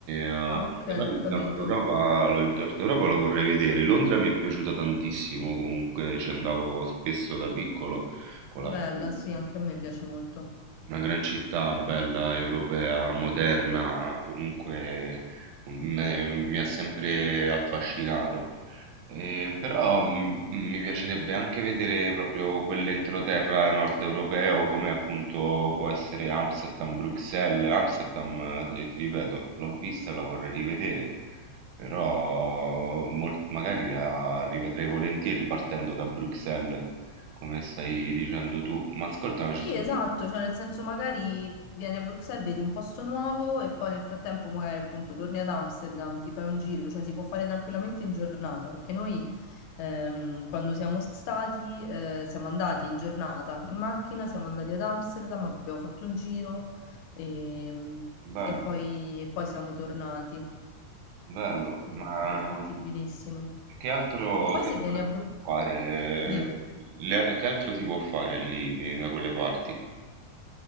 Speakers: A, on the right (about 85°); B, on the left (about 85°).
A: eh,
B: Ah, ok,
A: però il
B: ho capito.
A: Nord Europa, il Nord Europa lo vorrei vedere. Londra mi è piaciuta tantissimo, comunque ci andavo spesso da piccolo con
B: Bella,
A: la famiglia.
B: sì, anche a me piace molto.
A: Una gran città bella, europea, moderna, comunque mm, eh, mi ha sempre affascinato. Eh, però mh, mi piacerebbe anche vedere proprio quell'entroterra nord europeo come appunto può essere Amsterdam, Bruxelles. Amsterdam, eh, ti ripeto, l'ho vista, la vorrei rivedere, però mol- magari la rivedrei volentieri partendo da Bruxelles, come stai dicendo tu. Ma ascoltami, ci
B: Sì,
A: sono...
B: esatto, cioè nel senso magari vieni a Bruxelles, vedi un posto nuovo e poi nel frattempo magari appunto torni ad Amsterdam, ti fai un giro, cioè si può fare tranquillamente in giornata, perché noi ehm, quando siamo stati eh, siamo andati in giornata in macchina, siamo andati ad Amsterdam, abbiamo fatto un giro ehm,
A: Bello,
B: e, poi, e poi siamo tornati,
A: bello,
B: quindi
A: ma
B: è fattibilissimo.
A: che altro,
B: E poi
A: che
B: se
A: altro
B: vieni a
A: si
B: Bruxelles,
A: può fare?
B: dimmi.
A: Le- che altro si può fare lì da quelle parti?